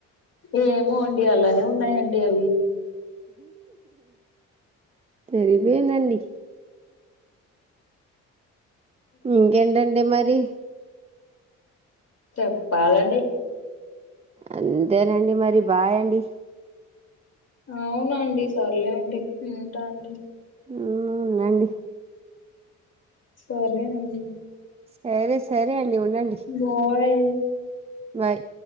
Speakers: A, on the left; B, on the right.
A: ఏమో అండి అలానే ఉన్నాయండి అవి
B: సరిపోయిందండి ఇంకేంటండి మరి
A: చెప్పాలండి
B: అంతేనండి మరి బాయ్ అండి
A: అవునాండి సర్లే అండి ఉంటా అండి
B: ఉమ్మ్ ఉండండి
A: సరే అండి
B: సరే సరే అండి ఉండండి
A: బాయ్
B: బాయ్